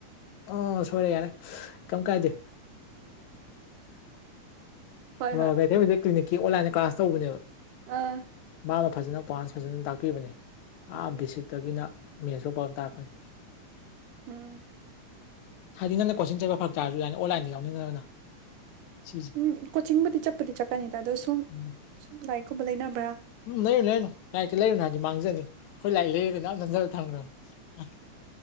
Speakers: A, on the left; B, on the right.
A: ꯑ ꯁꯣꯏꯔꯦ ꯌꯥꯔꯦ ꯀꯩꯝ ꯀꯥꯏꯗꯦ
B: ꯍꯣꯏ
A: ꯃꯦꯊꯃꯦꯇꯤꯛ
B: ꯍꯣꯏ
A: ꯀ꯭ꯂꯤꯅꯤꯛꯀꯤ ꯑꯣꯟꯂꯥꯏꯟꯗ ꯀ꯭ꯂꯥꯁ ꯇꯧꯕꯅꯦꯕ
B: ꯑ
A: ꯃꯥꯑꯃ ꯐꯖꯅ ꯀ꯭ꯋꯥꯟꯁ ꯐꯖꯅ ꯇꯥꯛꯄꯤꯕꯅꯦ
B: ꯎꯝ
A: ꯑꯥ ꯕꯦꯁꯤꯛꯇꯒꯤꯅ ꯃꯦꯖꯨ ꯐꯖꯅ ꯇꯥꯛꯄꯅꯦ
B: ꯎꯝ
A: ꯍꯥꯏꯗꯤ ꯅꯪꯅ ꯀꯣꯆꯤꯡ ꯆꯠꯄ ꯐꯔꯛ ꯇꯥꯔꯁꯨ ꯑꯗꯥꯏꯅ ꯑꯣꯟꯂꯥꯏꯟꯗ ꯌꯥꯎꯅꯤꯡꯉꯒꯅ ꯁꯤꯁꯦ
B: ꯎꯝ ꯀꯣꯆꯤꯡꯕꯨꯗꯤ ꯆꯠꯄꯗꯤ ꯆꯠꯀꯅꯤꯗ ꯑꯗꯣ ꯁꯨꯝ
A: ꯎꯝ
B: ꯁꯨꯝ ꯂꯥꯏꯔꯤꯛꯀꯨꯝꯕ ꯂꯩꯅꯕ꯭ꯔꯥ
A: ꯎꯝ ꯂꯩꯔꯨꯅꯨ ꯂꯩꯔꯨꯅꯨ ꯂꯥꯏꯔꯤꯛꯇꯤ ꯂꯩꯔꯨꯅꯨ ꯍꯥꯏꯗꯤ ꯃꯥꯡꯖꯅꯤ ꯑꯩꯈꯣꯏ ꯂꯥꯏꯔꯤꯛ ꯂꯩꯔꯒ ꯃꯌꯥꯝ ꯅꯝꯖꯜꯂ ꯊꯝꯒ꯭ꯔꯕꯅꯤ